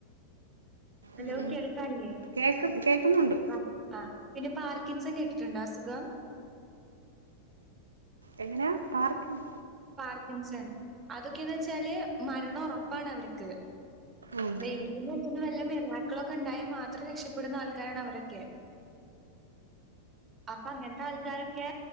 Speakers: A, on the right; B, on the right.
A: ഹലോ
B: ഉം ഉം
A: കേൾക്കാല്ലേ
B: കേക്ക് കേക്കുന്നുണ്ട്
A: ആഹ് ആഹ് പിന്നെ പാർക്കിങ്സം കേട്ടിട്ട്ണ്ടോ അസുഖം
B: എങ്ങെന്യാ പാർക്ക്-
A: പാർക്കിൻസൺ അതൊക്കെയന്ന് വെച്ചാല് മരണം ഉറപ്പാണ് അവര്ക്ക്
B: ഓഹ്
A: ദൈവത്തിന്റെ അടുത്തുന്ന് വല്ല മിറാക്ക്ളൊക്കെ ഇണ്ടായാ മാത്രം രക്ഷപ്പെടുന്ന ആൾക്കാരാണ് അവരൊക്കെ അപ്പൊ അങ്ങൻത്തെ ആൾക്കാരൊക്കെ